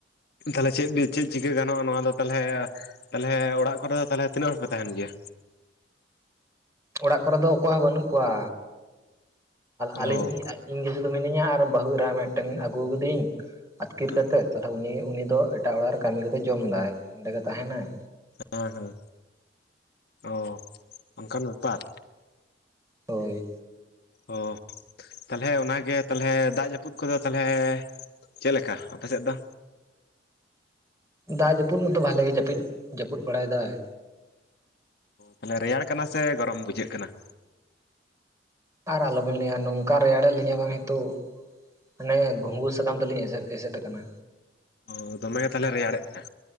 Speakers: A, on the left; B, on the right.
A: ᱛᱟᱦᱞᱮ ᱪᱮᱫ ᱵᱤᱱ ᱪᱮᱫ ᱪᱤᱠᱟᱹ ᱜᱟᱱᱚᱜᱼᱟ ᱱᱚᱣᱟ ᱫᱚ ᱛᱟᱦᱚᱞᱮ ᱛᱟᱦᱚᱞᱮ ᱚᱲᱟᱜ ᱠᱚᱨᱮ ᱫᱚ ᱛᱟᱦᱚᱞᱮ ᱛᱤᱱᱟᱹᱜ ᱦᱚᱲ ᱯᱮ ᱛᱟᱦᱮᱱ ᱜᱮᱭᱟ?
B: ᱚᱲᱟᱜ ᱠᱚᱨᱮ ᱫᱚ ᱚᱠᱚᱭ ᱦᱚᱸ ᱵᱟᱹᱱᱩᱜ ᱠᱚᱣᱟ
A: ᱚ
B: ᱟᱹᱞᱤᱧᱼᱼ ᱤᱧ ᱜᱮ ᱥᱩᱫᱷᱩ ᱢᱤᱱᱤᱧᱟ ᱟᱨ ᱵᱟᱹᱦᱩ ᱮᱨᱟ ᱢᱤᱫᱴᱮᱱ ᱟᱹᱜᱩ ᱟᱠᱟᱫ ᱫᱤᱭᱟᱹᱧ ᱟᱹᱛᱠᱤᱨ
A: ᱦᱮᱸ
B: ᱠᱟᱛᱮᱫ,
A: ᱦᱮᱸ
B: ᱛᱟᱦᱚᱞᱮ ᱩᱱᱤ ᱩᱱᱤ ᱫᱚ ᱮᱴᱟᱜ ᱚᱲᱟᱜ ᱨᱮ ᱠᱟᱹᱢᱤ ᱠᱟᱛᱮ ᱡᱚᱢᱫᱟᱭ ᱚᱸᱰᱮ ᱜᱮ ᱛᱟᱦᱮᱱᱟᱭ,
A: ᱦᱮᱸ ᱦᱮᱸ ᱚ ᱚᱱᱠᱟᱱ ᱵᱮᱯᱟᱨ
B: ᱦᱳᱭ
A: ᱚ ᱛᱟᱞᱦᱮ ᱚᱱᱟᱜᱮ ᱛᱟᱞᱦᱮ ᱫᱟᱜ ᱡᱟᱹᱯᱩᱫ ᱠᱚᱫᱚ ᱛᱟᱞᱦᱮ ᱪᱮᱫ ᱞᱮᱠᱟ ᱟᱯᱮᱥᱮᱫ ᱫᱚ?
B: ᱫᱟᱜ ᱡᱟᱹᱯᱩᱫ ᱢᱚᱛᱚ ᱵᱷᱟᱜᱮ ᱜᱮ ᱡᱟᱹᱯᱤᱫ, ᱡᱟᱹᱯᱩᱫ ᱵᱟᱲᱟᱭ ᱫᱟᱭ᱾
A: ᱛᱟᱦᱚᱞᱮ ᱨᱮᱭᱟᱲ ᱠᱟᱱᱟ ᱥᱮ ᱜᱚᱨᱚᱢ ᱵᱩᱡᱷᱟᱹᱜ ᱠᱟᱱᱟ?
B: ᱟᱨ ᱟᱞᱚᱵᱮᱱ ᱞᱟᱹᱭ ᱟ ᱱᱚᱝᱠᱟ ᱨᱮᱭᱟᱲ ᱮᱫ ᱞᱤᱧᱟᱹ ᱵᱟᱝ ᱱᱤᱛᱚᱜ ᱢᱟᱱᱮ ᱜᱷᱩᱜᱩ ᱥᱟᱠᱟᱢ ᱛᱤᱞᱤᱧ ᱮᱥᱮᱫ ᱮᱥᱮᱫ ᱠᱟᱱᱟ᱾
A: ᱚ ᱫᱚᱢᱮ ᱛᱟᱦᱚᱞᱮ ᱨᱮᱭᱟᱲ ᱮᱫ ᱵᱤᱱᱟ